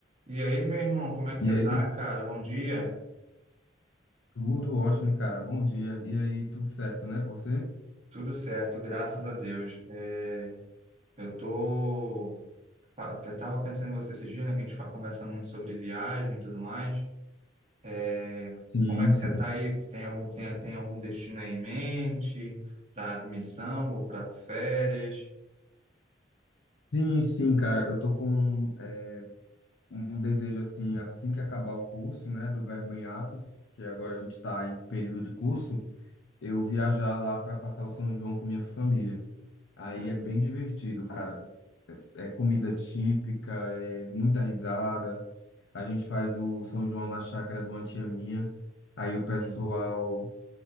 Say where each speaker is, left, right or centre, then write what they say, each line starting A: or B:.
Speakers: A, on the right; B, on the left.
A: E aí, meu irmão, como é que você
B: E aí,
A: tá, cara? Bom dia.
B: tudo ótimo, cara. Bom dia. E aí, tudo certo, né, com você?
A: Tudo certo, graças a Deus. É, eu tô. fa- Eu tava pensando em você esse dia, né? Que a gente fa- conversa muito sobre viagem e tudo mais. É,
B: Sim,
A: como é que
B: sim.
A: você tá aí? Tem algum, tem, tem algum destino aí em mente? Pra missão ou pra férias?
B: Sim, sim, cara. Eu tô com é, um desejo, assim, assim que acabar o curso, né, do Verbo em Atos, que agora a gente tá em período de curso, eu viajar lá para passar o São João com minha família. Aí
A: Hum,
B: é bem divertido, cara. É, é comida típica, é muita risada. A gente faz o São João na chácara do uma tia minha. Aí o pessoal.
A: hum.